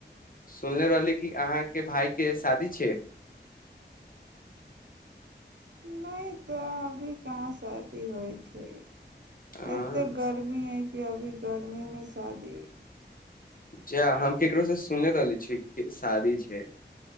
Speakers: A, on the left; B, on the right.
A: सुनले रहली कि अहाँके भायके शादी छै
B: नहि तऽ अभी कहाँ शादी होइ छै
A: हँ
B: एते गर्मी हइ कि अभी गर्मीमे शादी
A: जा हम केकरो से सुनले रहली छी कि शादी छै